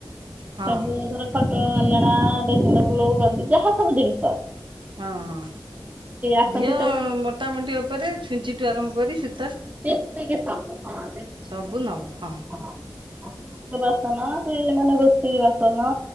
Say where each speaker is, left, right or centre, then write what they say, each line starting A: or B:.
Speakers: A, on the right (about 75°); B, on the right (about 20°).
A: ହଁ
B: ସବୁ ଧର ଖଟ ଆଲଣା ଡ୍ରେସିଂ ଟେବୁଲ୍ ଗଡି ଯାହା ସବୁ ଜିନିସ।
A: ହଁ ହଁ
B: ଆସନ୍ତି
A: ଝିଅ
B: ତ
A: ମୋଟାମୋଟି ଉପରେ ଛୁଞ୍ଚିଠୁ ଆରମ୍ଭ କରି ସୂତ
B: ଯେତିକି ସବୁ ହଁ ଯେତିକି
A: ସବୁ
B: ଯେତିକି
A: ନବ
B: ସବୁ
A: ହଁ
B: <inaudible> ଆଉ ଠାକୁର ବାସନ ସେ ମାନେ ରୋଷେଇ ବାସନ